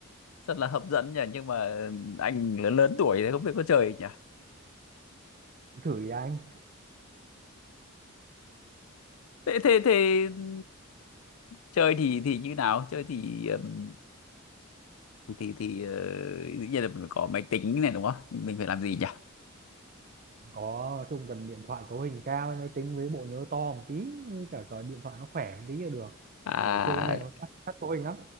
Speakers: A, on the left; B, on the right.
A: rất là hấp dẫn nhỉ, nhưng mà ừ, anh lớn lớn tuổi thì không biết có chơi nhỉ.
B: Cứ thử đi anh
A: Thế thế thế ừ, chơi thì thì như nào? Chơi thì ừm, thì thì ờ, dĩ nhiên là mình có máy tính này đúng không? Mình, mình phải làm gì nhỉ?
B: có nói chung cần điện thoại cấu hình cao máy tính với bộ nhớ to một tí với cả, cả điện thoại nó khỏe một tí là được
A: À
B: bởi vì chơi cái này nó sát sát cấu hình lắm